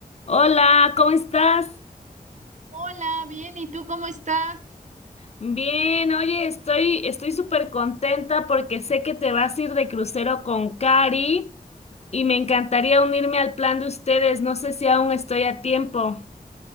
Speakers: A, on the left (about 45°); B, on the right (about 50°).
A: Hola, ¿cómo estás?
B: Hola, bien, ¿y tú cómo estás?
A: Bien, oye, estoy estoy súper contenta porque sé que te vas a ir de crucero con Cari y me encantaría unirme al plan de ustedes. No sé si aún estoy a tiempo.